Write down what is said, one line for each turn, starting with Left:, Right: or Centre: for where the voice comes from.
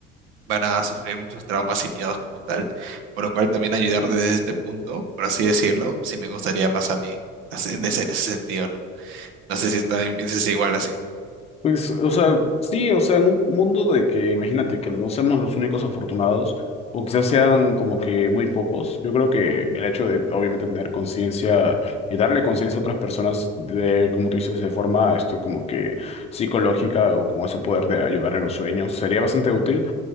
Right: van a sufrir muchos traumas y miedos como tal. Por lo cual también ayudar desde este punto, por así decirlo, sí me gustaría más a mí así, en ese, en ese sentido, ¿no? No sé si también piensas igual así.
Left: Pues, o sea, sí, o sea, en un mundo de que, imagínate, que no seamos los únicos afortunados, o quizás sean como que muy pocos, yo creo que
Right: Ujú.
Left: el hecho de, obviamente, tener conciencia y darle conciencia a otras personas de, como tú dices, de forma, esto como que psicológica o con ese poder de ayudar en los sueños, sería bastante útil